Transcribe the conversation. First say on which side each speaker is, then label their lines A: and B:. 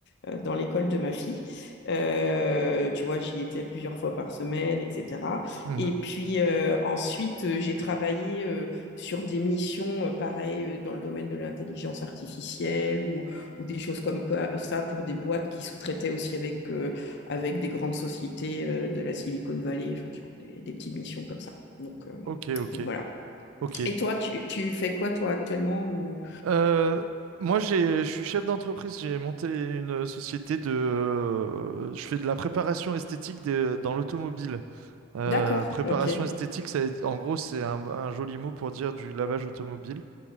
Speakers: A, on the left (about 55°); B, on the right (about 75°).
A: euh, dans l'école de ma fille. Euh, tu vois, j'y étais plusieurs fois par semaine, etc.
B: Mhm.
A: Et puis euh, ensuite, euh, j'ai travaillé euh, sur des missions, euh, pareil, euh, dans le domaine de l'intelligence artificielle ou, ou des choses comme quoi- ça pour des boîtes qui sous-traitaient aussi avec, euh, avec des grandes sociétés euh, de la Silicon Valley, enfin, tu vois, des, des petites missions comme ça. Donc, euh,
B: Ok, ok,
A: donc voilà.
B: ok.
A: Et toi, tu, tu fais quoi, toi, actuellement ou...
B: Euh, moi, j'ai, je suis chef d'entreprise. J'ai monté une société de. euh, Je fais de la préparation esthétique de- dans l'automobile. Euh,
A: D'accord,
B: préparation
A: ok.
B: esthétique, ça, en gros, c'est un, un joli mot pour dire du lavage automobile.